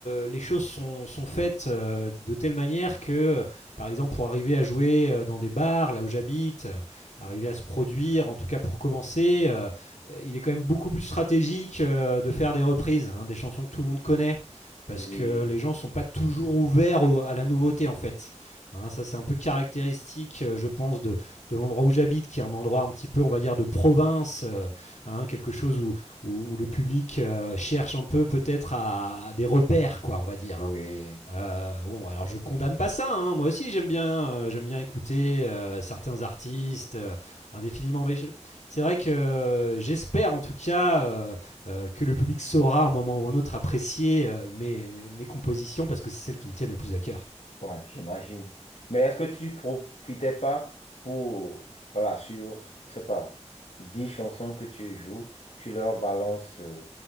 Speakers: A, on the left; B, on the left.
A: le- les choses sont, sont faites euh, de telle manière que, par exemple, pour arriver à jouer euh, dans des bars, là où j'habite, euh, arriver à se produire, en tout cas pour commencer, euh, euh, il est quand même beaucoup plus stratégique euh, de faire des reprises, hein, des chansons que tout le monde connaît parce
B: oui,
A: que les gens ne sont pas toujours ouverts au- à la nouveauté en fait. Hein, ça c'est un peu caractéristique, euh, je pense, de, de l'endroit où j'habite, qui est un endroit un petit peu, on va dire, de province, euh, hein, quelque chose où, où- où le public euh, cherche un peu peut-être à, à des repères, quoi, on va dire.
B: oui.
A: hein. Euh, bon, alors je condamne pas ça. hein. Moi aussi, j'aime bien, euh, j'aime bien écouter euh, certains artistes euh, indéfiniment. Mais je- c'est vrai que euh, j'espère, en tout cas, euh, euh, que le public saura à un moment ou un autre apprécier euh, mes, mes- mes compositions parce que c'est celles qui me tiennent le plus à cœur.
B: Ouais, j'imagine. Mais est-ce que tu profitais pas pour, voilà, sur, je sais pas, 10 chansons que tu joues, tu leur balances, euh,